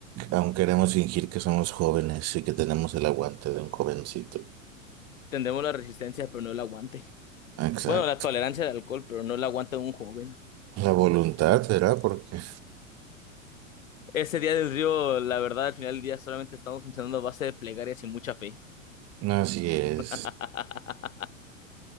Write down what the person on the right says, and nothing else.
Aún queremos fingir que somos jóvenes y que tenemos el aguante de un jovencito.
Exacto.
La voluntad será porque
No, Así es.